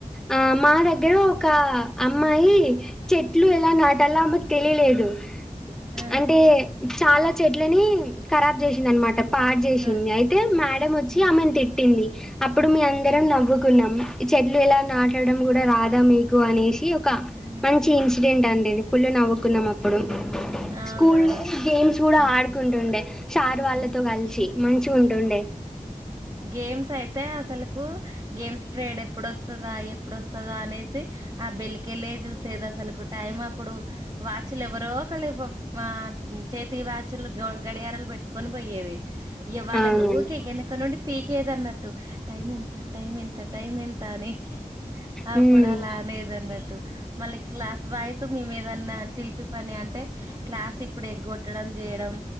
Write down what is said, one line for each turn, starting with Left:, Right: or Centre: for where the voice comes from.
Centre: ఆ మా దగ్గరే ఆ అమ్మాయి చెట్లు ఎలా నాటలో ఆమెకు తెలియలేదు
Right: ఆ
Centre: అంటే చాలా చెట్లని ఖరాబ్ చేసింద అనమాట పాడు చేసింది
Right: ఆ అవును
Centre: అయితే మేడ వచ్చి
Right: ఆ ఉమ్
Centre: ఆమెని తిట్ పెట్టింది అప్పుడు మేం అందరం నవ్వుకున్నాం చెట్లు ఇలా నాటడం కూడా రాదా మీకు అనేసి ఒక
Right: ఉమ్
Centre: మంచి ఇన్సిడెంట్ అండి ఫుల్ గా నవ్వుకున్నాం అప్పుడు
Right: అవునా
Centre: స్కూల్ గేమ్స్ కూడా
Right: ఉమ్
Centre: ఆడుకుంటుండే సార్ వాళ్ళతో
Right: ఉమ్
Centre: కలిసి మంచి ఉంటుండే
Right: గేమ్స్ అయితే అసలులకు గేమ్స్ పీరియడ్ ఎప్పుడోస్తాద ఎప్పుడోస్తదా అనేసి ఆ బెల్ కల్లే చూసేది అసలులకు టైం అప్పుడు వాచ్లు ఎవరో ఒకలి ఆ చేతి వాచ్లు గడియారలు పెట్టుకొని పోయేది ఇవళ
Centre: అవునండి.
Right: ఊకే గెనుక నం ద అన్నట్టు టైమ్ ఎంత టైమ్ ఎంత టైమ్ ఎంత కాని
Centre: హ్మ్.
Right: అప్పుడు అలా అనేద అన్నట్టు మళ్ళీ క్లాస్ బాయ్స్ మేము ఏదన్నా చిలిపి పని అంటే క్లాస్ ఇప్పుడు ఎగ్గొట్టడం చేయడం